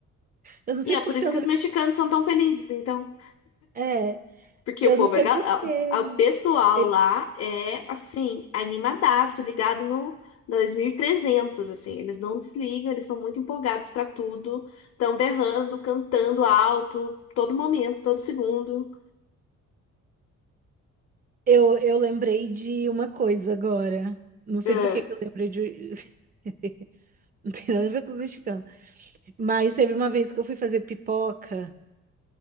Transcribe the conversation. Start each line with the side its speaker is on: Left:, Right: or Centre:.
Right: Eu não sei
Left: E é
Right: porque
Left: por isso
Right: eu.
Left: que os mexicanos são tão felizes, então.
Right: É,
Left: Porque
Right: eu
Left: o povo
Right: não sei
Left: é, ga-
Right: porque.
Left: a- o pessoal
Right: Ele.
Left: lá é assim, animadaço, ligado no 2300, assim, eles não desligam, eles são muito empolgados pra tudo, estão berrando, cantando alto, todo momento, todo segundo.
Right: Eu, eu lembrei de uma coisa agora. Não sei
Left: É.
Right: por que que eu lembrei de. <laughs> Não tem nada a ver com os mexicanos. Mas teve uma vez que eu fui fazer pipoca.